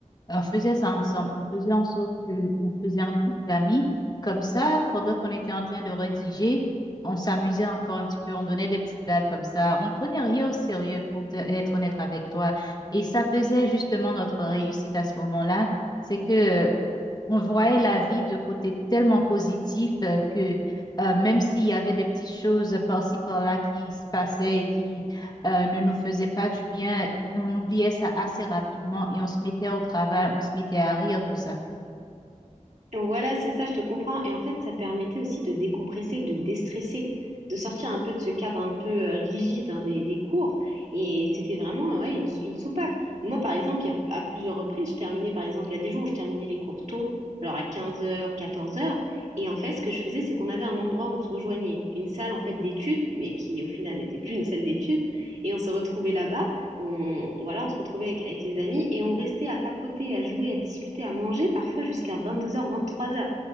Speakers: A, on the left; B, on the right.
A: On faisait ça ensemble. On faisait en sorte que, on faisait un groupe d'amis. Comme ça, pendant qu'on était en train de rédiger, on s'amusait encore un petit peu. On donnait des petites blagues comme ça. On ne prenait rien au sérieux pour te- être honnête avec toi. Et ça faisait justement notre réussite à ce moment-là. C'est que on voyait la vie de côté tellement positif euh, que euh, même s'il y avait des petites choses par-ci par-là qui se passaient et qui euh, ne nous faisaient pas du bien, on oubliait ça assez rapidement et on se mettait au travail, on se mettait à rire, tout ça.
B: Voilà, c'est ça, je te comprends. Et en fait, ça permettait aussi de décompresser, de déstresser, de sortir un peu de ce cadre un peu euh, rigide hein, des, des cours. Et c'était vraiment euh, ouais, une, sou- une soupape. Moi, par exemple, il y a, à plusieurs reprises, je terminais, par exemple, il y a des jours où je terminais les cours tôt, genre à quinze heures quatorze heures Et en fait, ce que je faisais, c'est qu'on avait un endroit où on se rejoignait, une salle en fait d'études, mais qui au final n'était <laughs> plus une salle d'études. Et on se retrouvait là-bas. On, voilà, on se retrouvait avec, avec les amis et on restait à papoter, à jouer, à discuter, à manger, parfois jusqu'à vingt-deux heures vingt-trois heures